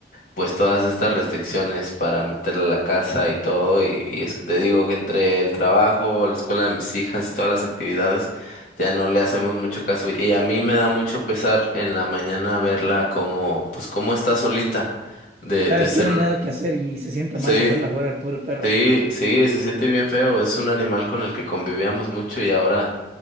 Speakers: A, on the left; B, on the right.
A: pues todas estas restricciones para meterle a la casa y todo, y, y es que te digo que entre el trabajo, la escuela de mis hijas y todas las actividades, ya no le hacemos mucho caso. Y a mí me da mucho pesar en la mañana verla como, pues como está solita, de,
B: Claro,
A: de
B: es
A: ser,
B: que no hay
A: un-
B: nada que hacer y se siente mal
A: sí,
B: dejarla fuera al pobre perro.
A: sí, sí, se siente bien feo, es un animal con el que convivíamos mucho y ahora,